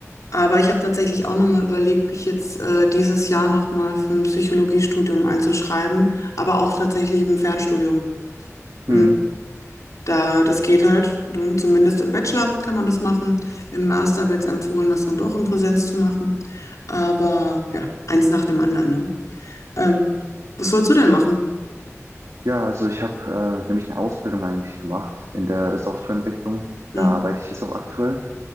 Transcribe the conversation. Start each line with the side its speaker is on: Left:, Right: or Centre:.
Left: aber ich habe tatsächlich auch nochmal überlegt, mich jetzt äh, dieses Jahr nochmal für ein Psychologiestudium einzuschreiben, aber auch tatsächlich im Fernstudium. Und
Right: Hm.
Left: Da, das geht halt, du- zumindest im Bachelor kann man das machen. Im Master wird es empfohlen, das dann doch in Präsenz zu machen. Aber ja, eins nach dem anderen, ne? Ähm, was wolltest du denn machen?
Right: Ja, also ich habe äh, nämlich eine Ausbildung eigentlich gemacht in der Softwareentwicklung.
Left: Hm?
Right: Da arbeite ich jetzt auch aktuell.